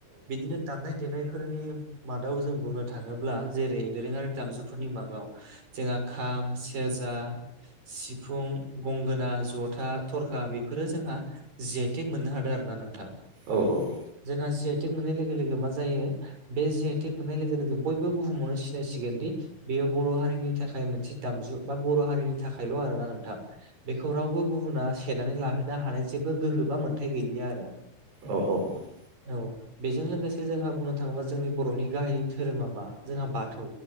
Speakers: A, on the right; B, on the right.
A: बिदिनो दामनाय देनायफोरनि मादाव जों बुंनो थाङोब्ला जेरै दोरोङारि दामजुफोरनि मागाव जोंहा खाम सेरजा सिफुं गंगोना जथा थरखा बेफोरो जोंहा जि आइ टेक मोननो हादों आरोना नोंथां।
B: औ औ औ।
A: जोंहा जि आइ टेक मोननाय लोगो लोगो मा जायो बे जि आइ टेक मोननाय लोगो लोगो बयबो बुहुमावनो सिनायसिगोन दि बेयो बर' हारिनि थाखाय मोनसे दामजु बा बर' हारिनि थाखायल' आरोना नोंथां। बेखौ रावबो गुबुना सेनानै लाहैनो हानाय जेबो गोहो बा मोन्थाइ गैलिया आरो।
B: औ औ।
A: औ। बेजों लोगोसे जोंहा बुंनो थाङोबा जोंनि बर'नि गाहाइ धोरोमा मा जोंहा बाथौ।